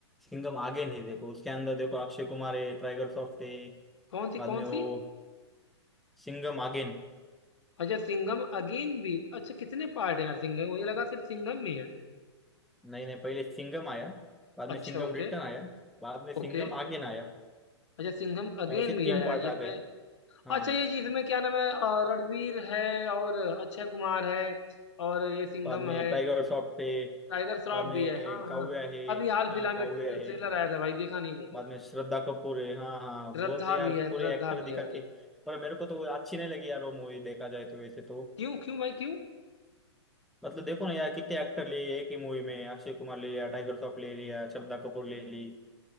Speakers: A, in the centre; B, on the left (about 80°).
A: सिंघम आगे नहीं देखो उसके अंदर देखो अक्षय कुमार है टाइगर श्रॉफ है
B: कौन सी
A: बाद
B: कौन
A: में वो
B: सी
A: सिंघम अगेन
B: अच्छा सिंघम अगेन भी अच्छा कितने पार्ट है यार सिंघम मुझे लगा सिर्फ सिंघम में है
A: नहीं नहीं पहले सिंघम आया बाद
B: अच्छा
A: में सिंघम
B: ओके
A: रिटर्न आया बाद में सिंघम
B: ओके
A: आगेन आया
B: अच्छा सिंघम अगेन
A: ऐसे
B: भी
A: तीन
B: आया
A: पार्ट
B: है जिसमें
A: आ गए हाँ
B: अच्छा ये जिसमें क्या नाम है अ, रणवीर है और अक्षय कुमार है और ये सिंघम
A: बाद में
B: है
A: टाइगर श्रॉफ है
B: टाइगर श्रॉफ
A: बाद में
B: भी है हाँ
A: काव्या
B: हाँ
A: है
B: अभी हाल फिलहाल
A: हाँ काव्या
B: में ट्रे-
A: है
B: ट्रेलर आया था भाई देखा नहीं मैंने
A: बाद
B: यार
A: में श्रद्धा कपूर है हाँ हाँ
B: श्रद्धा
A: बहुत यार
B: भी है
A: पूरे
B: श्रद्धा
A: एक्टर
B: भी
A: दिखा
B: है भाई
A: के पर मेरे को तो वो अच्छी नहीं लगी यार वो मूवी देखा जाए तो वैसे तो
B: क्यों क्यों भाई क्यों
A: मतलब देखो ना यार कितने एक्टर लिए एक ही मूवी में अक्षय कुमार ले लिया टाइगर श्रॉफ ले लिया श्रद्धा कपूर ले ली